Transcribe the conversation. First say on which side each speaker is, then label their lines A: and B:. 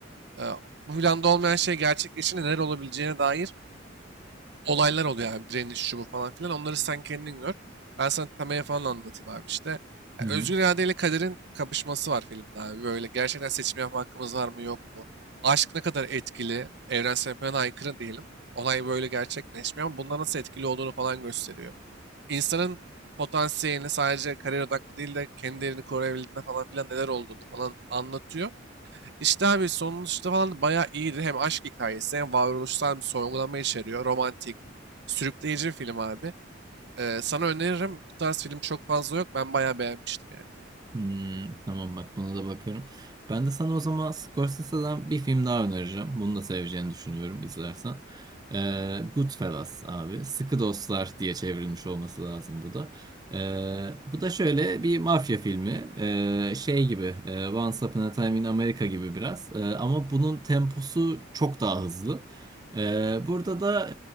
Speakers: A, on the right; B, on the right.
A: Ee, bu planda olmayan şey gerçekleşince neler olabileceğine dair olaylar oluyor abi. Direniş, şu bu falan filan. Onları sen kendin gör. Ben sana temaya falan anlatayım abi işte.
B: Hı
A: Ya,
B: hı.
A: özgür irade ile kaderin kapışması var filmde abi. Böyle gerçekten seçim yapma hakkımız var mı yok mu? Aşk ne kadar etkili? Evrensel yapıya aykırı diyelim. Olay böyle gerçekleşmiyor ama bunlar nasıl etkili olduğunu falan gösteriyor. İnsanın potansiyelini sadece kariyer odaklı değil de kendi değerini koruyabildiğinde falan filan neler olduğunu falan anlatıyor. İşte abi sonuçta falan da bayağı iyiydi. Hem aşk hikayesi hem varoluşsal bir sorgulama içeriyor. Romantik, sürükleyici bir film abi. Ee, sana öneririm. Bu tarz film çok fazla yok. Ben bayağı beğenmiştim yani.
B: Hmm, tamam bak buna da bakarım. Ben de sana o zaman Scorsese'den bir film daha önereceğim. Bunu da seveceğini düşünüyorum izlersen. Ee, Goodfellas abi. Sıkı Dostlar diye çevrilmiş olması lazım bu da. Ee, bu da şöyle bir mafya filmi. Ee, şey gibi e, Once Upon a Time in America gibi biraz. Ee, ama bunun temposu çok daha hızlı. Ee, burada da